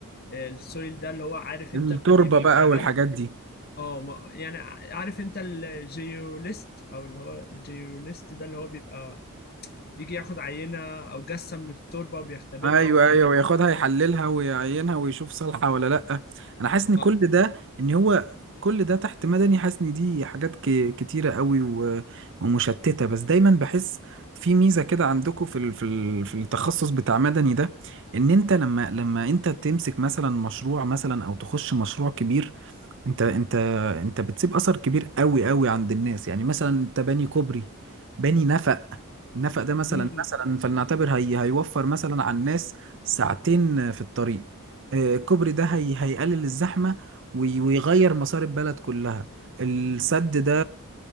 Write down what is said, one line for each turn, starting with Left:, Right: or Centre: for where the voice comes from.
Left: آه، السويل ده اللي هو عارف انت
Right: التربة
Left: بيبقى
Right: بقى والحاجات
Left: عارف ال-
Right: دي
Left: اه ما- يعني ع- عارف انت الجيوليست او اللي هو الجيوليست ده اللي هو بيبقى بيجي ياخد عينة او جثة من التربة وبيختبرها
Right: ايوه
Left: والكلام
Right: ايوه وياخدها يحللها ويعينها ويشوف صالحه ولا لا انا حاسس ان
Left: اه
Right: كل ده ان هو كل ده تحت مدني حاسس ان دي حاجات ك- كتيره قوي و- ومشتته بس دايما بحس في ميزه كده عندكم في ال- في ال- في التخصص بتاع مدني ده ان انت لما لما انت تمسك مثلا مشروع مثلا او تخش مشروع كبير انت انت انت بتسيب اثر كبير قوي قوي عند الناس يعني مثلا انت باني كوبري باني نفق النفق ده مثلا
Left: م- م-
Right: مثلا فلنعتبر هي هيوفر مثلا على الناس ساعتين في الطريق آه، الكوبري ده هي هيقلل الزحمة وي- ويغير مسار البلد كلها السد ده